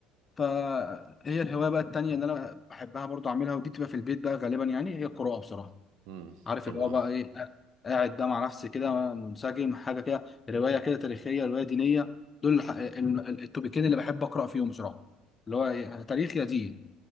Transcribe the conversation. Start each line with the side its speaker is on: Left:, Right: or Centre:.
Left: فهي الهوايه بقى التانيه اللي انا بحبها برضه اعملها ودي بتبقى في البيت بقى غالبا يعني هي القراءه بصراحه
Right: امم
Left: عارف
Right: حلو
Left: اللي هو
Right: قوي
Left: بقى ايه قاعد بقى مع نفسي كده منسجم حاجه كده روايه كده تاريخيه روايه دينيه دول الح- ال- ال- التوبيكين اللي بحب اقرا فيهم بصراحه اللي هو إيه، تاريخ يا دين